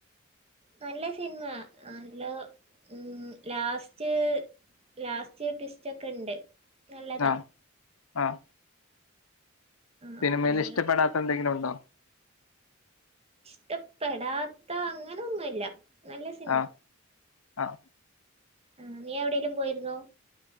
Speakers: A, on the right; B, on the left.
A: നല്ല സിനിമ നല്ല ഉം ലാസ്റ്റ് ലാസ്റ്റ് ട്വിസ്റ്റ് ഒക്കെണ്ട്. നല്ലതാ
B: ആഹ് ആഹ്
A: ആഹ്
B: സിനിമേല്
A: പിന്നെ
B: ഇഷ്ടപ്പെടാത്ത എന്തെങ്കിലും ഉണ്ടോ?
A: ഇഷ്ടപ്പെടാത്ത അങ്ങനൊന്നുല്ല നല്ല സിനിമ
B: ആഹ് ആഹ്
A: ആ നീ എവിടെയേലും പോയിരുന്നോ?